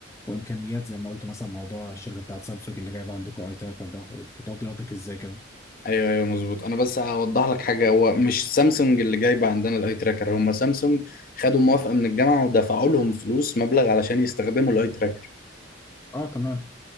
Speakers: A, on the left; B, on the left.
A: وامكانيات زي ما قلت مثلا موضوع الشركه بتاعت سامسونج اللي جايبه عندكم اي تراكر ده وتقضياتك ازاي كده
B: ايوه ايوه مظبوط انا بس هوضح لك حاجه هو مش سامسونج اللي جايبه عندنا الاي تراكر هم سامسونج خدوا موافقه من الجامعه ودفعوا لهم فلوس مبلغ علشان يستخدموا الاي تراكر
A: اه تمام